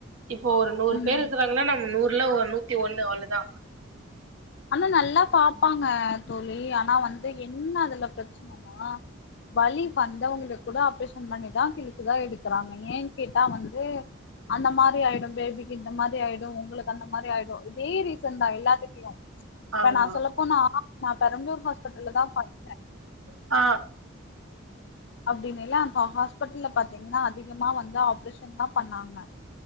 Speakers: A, on the right; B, on the left.
A: இப்போ ஒரு நூறு பேர்
B: ம்
A: இருக்கிறாங்கனா நம்ம நூர்ல ஒரு நூத்தி ஒண்ணு அவ்வளோ தா
B: ஆனா நல்லா பாப்பாங்க தோழி ஆனா வந்து என்ன அதுல பிரச்சனைனா வலி வந்தவங்கள கூட ஆப்ரேஷன் பண்ணிதா கிழிச்சுதா எடுக்குறாங்க ஏன்னு கேட்டா வந்து அந்த மாரி ஆயிடு பேபிக்கு இந்த மாரி ஆயிடு உங்களுக்கு அந்த மாரி ஆயிடு இதே ரீசன் தா எல்லாத்துட்டையு இப்ப
A: ஆமா
B: நா சொல்லப்போனா நா பெரம்பூர் ஹாஸ்பிட்டல்ல தா பாத்தே
A: ஆ
B: அப்டின்ல்லா அந்த ஹாஸ்பிட்டல்ல பாத்தீங்கன்னா அதிகமா வந்து ஆப்ரேஷன் தா பண்ணாங்க